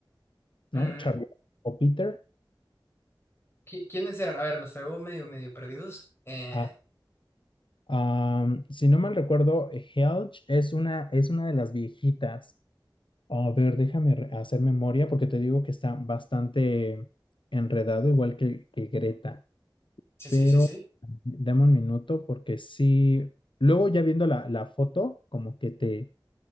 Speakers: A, on the left; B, on the left.
A: Mm,
B: ¿no? Charlotte o Peter.
A: ¿qui- ¿Quiénes eran? A ver, los traigo medio, medio perdidos. Eh,
B: A, um, si no mal recuerdo, Helge es una, es una de las viejitas. A ver, déjame hacer memoria porque te digo que está bastante enredado, igual que, que Greta.
A: sí,
B: Pero
A: sí, sí, sí.
B: dame un minuto porque sí, luego ya viendo la, la foto, como que te,